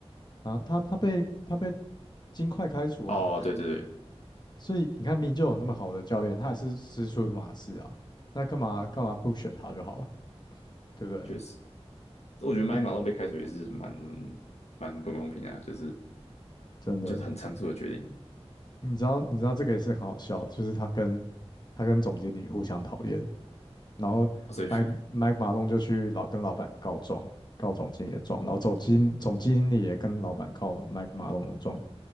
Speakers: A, on the left; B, on the left.
A: 啊？他他被他被金块开除啊，
B: 哦，对对对，
A: 所以你看明明就有那么好的教练，他还是师出于马刺啊，那干嘛干嘛不选他就好了，对不对？
B: 确实，我觉得麦克马龙被开除也是蛮
A: 呃
B: 蛮不公平的啊，就是
A: 真的，
B: 就是很仓促的决定，
A: 你知道你知道这个也是很好笑，就是他跟他跟总经理互相讨厌，然后麦麦马龙就去老跟老板告状，
B: 所以
A: 告总经理的状，然后总经总经理也跟老板告麦马龙的状，